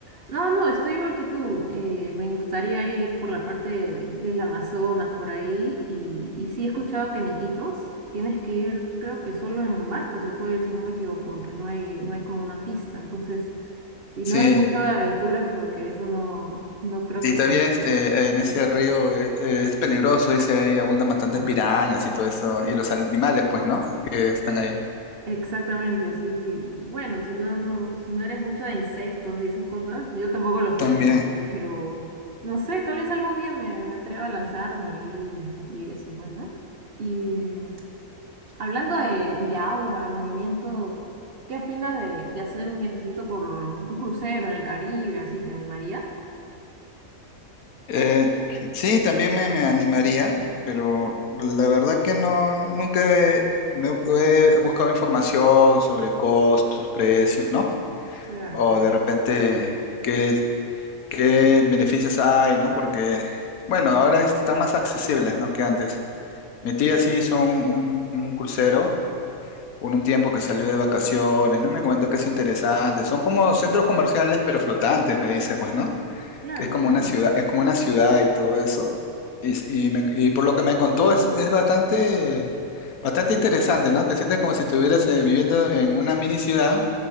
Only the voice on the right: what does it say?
No, no, estoy igual que tú. Eh, me gustaría ir por la parte de- del Amazonas, por ahí. Y, y sí he escuchado que en Iquitos tienes que ir, creo que solo en barco se puede ir, si no me equivoco, porque no hay, no hay como una pista. Entonces, si
no eres mucho de aventura, como que eso no, no creo
que
te...
te-
ah,
sí.
Exactamente, sí, sí. Bueno, si no, no, si no eres mucho de insectos y esas cosas, yo tampoco lo soy,
la verdad, pero no sé, tal vez algún día me, me atreva a lanzarme y, y eso, pues, ¿no? Y mm, hablando de, de agua y movimiento, ¿qué opinas de, de hacer un viajecito por un crucero en el Caribe? ¿Así te animarías?
Claro,
claro,
claro.